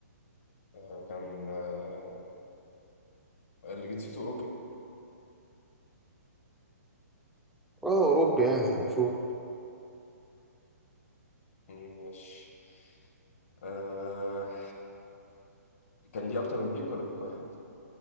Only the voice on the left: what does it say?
آه، كان آه، اللي جنسيته اوروبي
ماشي آه... كان ليه أكتر من بيك ولا بيك واحد؟